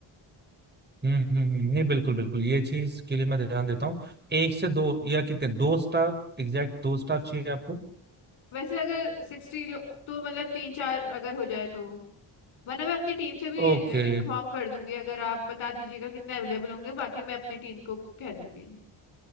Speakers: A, on the right; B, on the left.
A: हम्म हम्म हम्म, हम्म, नहीं बिल्कुल बिल्कुल ये चीज के लिए मैं ध्यान देता हूँ एक से दो या कितने दो स्टाफ एग्जैक्ट दो स्टाफ चाहिए आपको
B: वैसे अगर सिक्सटी तो मतलब तीन चार अगर हो जाए तो वरना मैं अपनी टीम से भी
A: ओके
B: इंफॉर्म कर दूंगी अगर आप बता दीजिएगा कितने अवेलेबल होंगे बाकी मैं अपनी टीम को कह दूंगी